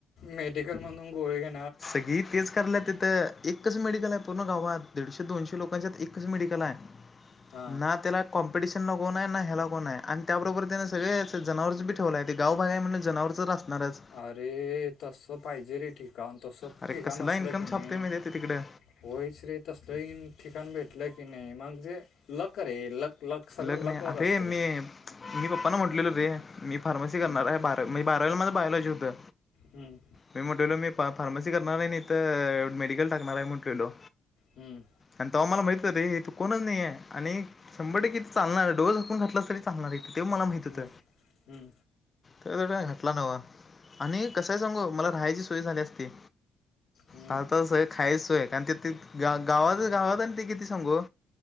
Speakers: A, on the left (about 75°); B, on the left (about 25°).
A: मेडिकल म्हणून गोळी घ
B: सगळी तेच कलं त तर एकच मेडिकल आहे पूर्ण गावात दीडशे दोनशे लोकांच्यात एकच मेडिकल आहे
A: हां
B: ना त्याला कॉम्पिटिशन कोण आहे ना ह्याला कोण आहे आणि त्याबरोबर त्याने सगळे जनावर बी ठेवलं आहे ते गाव बागाय म्हणजे जनावरच असणारच
A: अरे तसं पाहिजे रे ठिकाण तसं
B: अरे
A: ठिकाण
B: कसला
A: असलं
B: इनकमछापतोय
A: की नाही
B: मी ते तिकडे
A: होयच रे त असलं ठिकाण भेटलं की नाही मग जे लकर आहे लक लक सगळं
B: लग्न
A: लकवर
B: अरे
A: असतंय
B: मी मी पप्पा न म्हटलेलो रे मी फार्मसी
A: हम्म,
B: करणार आहे ब म्हजे बारावीलामध्ये बायलॉजी होतं
A: हम्म
B: मी म्हटलेलो मी फार्मसी करणार आहे. नाहीत मेडिकल टाकणार आहे म्हटलेलो.
A: हम्म
B: आणि तेव्हा मला माहित रे तू कोणच नाही आहेे. आणि शंभर टक्के चालणार. डोळे झाकून घातल असत तरी सांगणारय ते मला माहित होत.
A: हम्म, हम्म,
B: तर घटला नव. आणि कसाय सांगू मला राहायची सोय झाली असती.
A: हम्म,
B: <unintelligible> खायच सोय. कारण ग गावात गावात आणि ते किती सांगू.